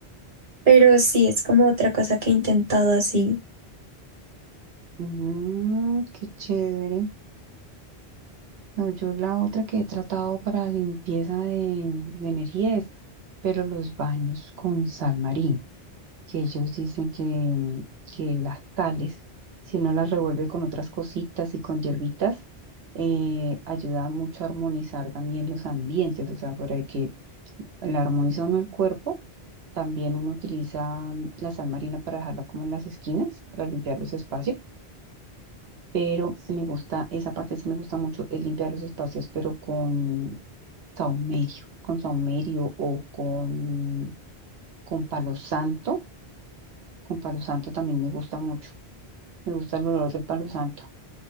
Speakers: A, on the right (about 50°); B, on the right (about 70°).
A: Pero sí, es como otra cosa que he intentado así.
B: Mm, qué chévere. No, yo la otra que he tratado para limpieza de, de energía es, pero los baños con sal marina. que ellos dicen que, mm, que las sales, si no las revuelve con otras cositas y con hierbitas, eh, ayuda mucho a armonizar también los ambientes, o sea, para que la armoniza uno el cuerpo, también uno utiliza mm, la sal marina para dejarla como en las esquinas, para limpiar los espacios, pero me gusta, esa parte sí me gusta mucho, es limpiar los espacios, pero con saumerio, con saumerio o con, con palo santo, con palo santo también me gusta mucho me gusta el olor del palo santo.